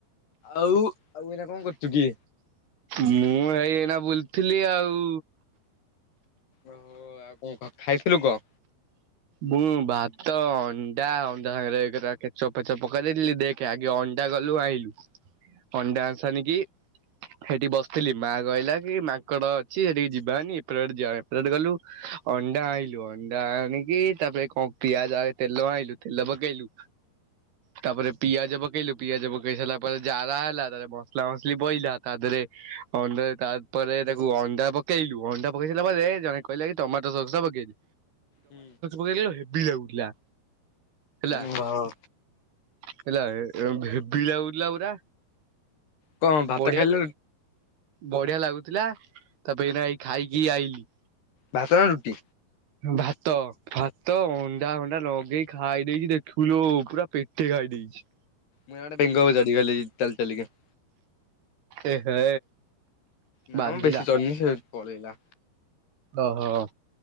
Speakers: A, on the left; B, on the right.
A: ଆଉ ଆଉ ଏଇନା କଣ କରୁଛୁ କି?
B: ମୁଁ ଭାଇ ଏଇନା ବୁଲଥିଲି ଆଉ।
A: ଓହୋ ଆଉ କଣ ଖାଇଥିଲୁ କହ?
B: ମୁଁ ଭାତ, ଅଣ୍ଡା ଅଣ୍ଡା ସାଙ୍ଗରେ ଏଗୁରା କେଚପ୍ ଫେଚପ୍ ପକେଇଦେଇଥିଲି ।ଦେଖେ ଆଗେ ଅନ ଅଣ୍ଡା ଗଲୁ ଆଣିଲୁ। ଅଣ୍ଡା ଆସନିକି ସେଠି ବସିଥିଲି ମା କହିଲା କି ମାଙ୍କଡ ଅଛି ସେଠିକି ଯିବାନି ଏପଟ ବାଟେ ଯିବା। ଏପଟେ ବାଟେ ଗଲୁ। ଅଣ୍ଡା ଆଇଁଲୁ, ଅଣ୍ଡା ଆଣି କି ତାପରେ କଣ ପିଆଜ ଆଉ ତେଲ ଆଣିଲୁ ତେଲ ପକେଇଲୁ। ତାପରେ ପିଆଜ ପକେଇଲୁ, ପିଆଜ ପକେଇ ସାରିଲା ପରେ ଜାରା ହେଲା। ତା ଦେହରେ ମସଲା ମସଲି ପଇଲା। ତା ଦେହରେ ଏ ଅଣ୍ଡାରେ ତାପରେ ତାକୁ ଅଣ୍ଡା ପକେଇଲୁ। ଅଣ୍ଡା ପକେଇ ସାରିଲା ପରେ ଜଣେ କହିଲା କି ଟମାଟୋ ସକ୍ସ ପକେଇଦେ।
A: ହୁଁ।
B: <inaudible> ଦେଖିଲୁ ହେବି ଲାଗୁଥିଲା। ହେଲା
A: ଉଁ, ହୋ
B: ହେଲା ଏ, ହେବି ଲାଗୁ ଥିଲା ପୁରା।
A: କଣ ଭାତ
B: ବଢିଆ
A: ଖାଇଲ
B: ବଢିଆ ଲାଗୁଥିଲା। ତା ପରେ ଏଇନା ଏଇ ଖାଇକି ଆଇଲିି
A: ଭାତ ନା ରୁଟି?
B: ଭାତ। ଭାତ ଅଣ୍ଡା ହଣ୍ଡା ଲଗେଇ ଖାଇ ଦେଇକି ଦେଖିବୁ ଲୋ ପୁରା ପେଟେ ଖାଇ ଦେଇେଛି।
A: ମୁଁ ଇଆଡେ ବେଙ୍ଗ ଉପରେ ଚଢିଗଲି ଚାଲି ଚାଲିିକ ।
B: ଏ ହେ।
A: ନା
B: ବାଧିଲା
A: ମୁଁ ବେଶୀ ଚଢିନି ସେ ପଳେଇଲା।
B: ଓହୋ!